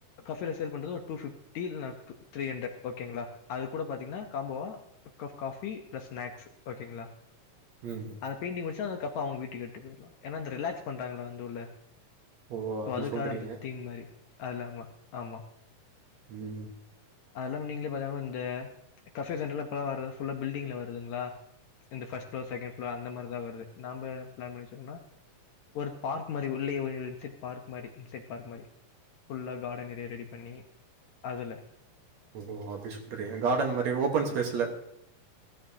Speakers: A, on the left (about 70°); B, on the right (about 60°).
A: காபியோட சேல்பண்டறது டூபிப்டி இலனா த்ரிஹன்ரட் ஓகேங்ளா அது கூட பாத்தீங்கனா காம்போவா ஒரு கப் காஃபி பிளஸ் ஸ்னாக்ஸ் ஓகேங்களா
B: ம்.
A: பெயிண்டிங் வச்சா கப் அவுங்க வீட்டுக்கு எத்துட்டு போயிடலாம். ஏன்னா வந்து ரிலாக்ஸ் பண்றாங்களா வந்துள்ள
B: ஓ!
A: சோ
B: அப்டி
A: அதுக்காக
B: சொல்றீங்க.
A: அந்த தீம் மாதிரி அதுலாம ஆமா ஆமா
B: உம்
A: அதெல்லாம் நீங்களேபாத்தீங்கன்னா இந்த கஃபே சென்ட்ரலாம்ப்போல்லாம் வறத ஃபுல்ல பில்டிங்கில் வருதுங்களா இந்த ஃபர்ஸ்ட் ஃப்ளோ செகண்ட் ஃப்ளோ அந்த மாதிரி தான் வருது நாம பிளான் பண்ணிச்சோம்னா ஒரு பார்க் மாதிரி உள்ளே இன் சைட் பார்க் மாதிரி இன் சைட் பார்க் மாதிரி ஃபுல்லாக கார்டன் ஏரியா ரெடி பண்ணி அதுல
B: ஓ அப்படி சொல்றீன் கார்டன் மாதிரி ஓபன்
A: ஆமா
B: ஸ்பேஸ்ல